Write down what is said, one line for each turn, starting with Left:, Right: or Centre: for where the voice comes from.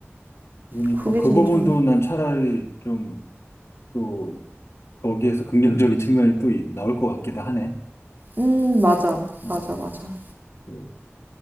Left: 그러니까
Right: 그게
Left: 그
Right: 진짜.
Left: 부분도 난 차라리 좀 또 거기에서 긍정적인 측면이 또 이- 나올 것 같기도 하네.
Right: 음, 맞아.
Left: 어,
Right: 맞아, 맞아.
Left: 그